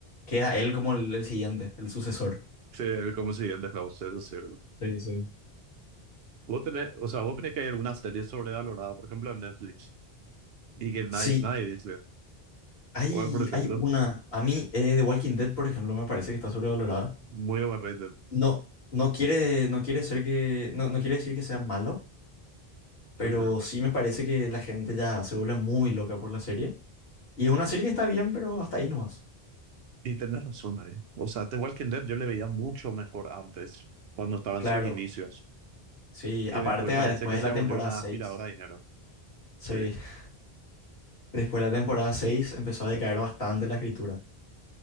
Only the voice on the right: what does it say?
sí, el como siguiente House, eso sí.
Vos tenés, o sea, vos crees que hay alguna serie sobrevalorada, por ejemplo, en Netflix, y que nadie,
nadie dice,
¿cuál, por ejemplo?
Muy overrated.
<laughs>
Y tenés razón ahí. O sea, The Walking Dead yo le veía mucho mejor antes, cuando estaba
en sus inicios,
que
después parece
que
se
volvió
una
aspiradora de dinero.
Sí,
y,